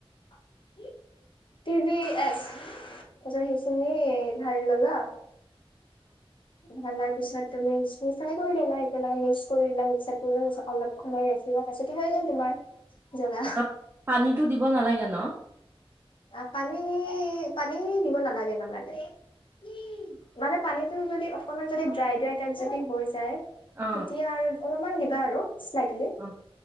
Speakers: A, on the left (about 55°); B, on the right (about 25°).
A: <inaudible> টি ভি এছ তাৰপিছত সেইখিনি ধালি ললা, ধালাৰ পিছত তুমি সেইখিনি ফ্ৰাই কৰি ল'লা। <unintelligible> কৰিলা মিচাৰটোৰ ওচৰত অলপ সময় ৰখিবা তাৰপিছতে হৈ গ'ল তোমাৰ। জ্বলা
B: তাত পানীতো দিব নালাগে ন।
A: অ' পানী, পানী দিব নালাগে, নালাগে। উম' মানে পানীতটো যদি অকণমান যদি ড্ৰাই ড্ৰাই টাইপ যদি হৈ যায়
B: অ
A: তেতিয়া আৰু অলপমান দিবা আৰু, চা্ইটলি
B: অ